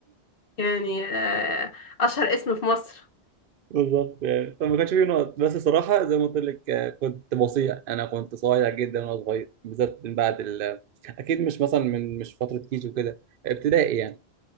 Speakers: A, on the left; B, on the right.
A: يعني آه، اشهر اسم في مصر
B: بالظبط يعني فما كانش فيه نقط بس صراحه زي ما قلت لك آه، كنت بصيع انا كنت صايع جدا وانا صغير بالذات من بعد ال اكيد مش مثلا من مش فتره كيجي وكده ابتدائي يعني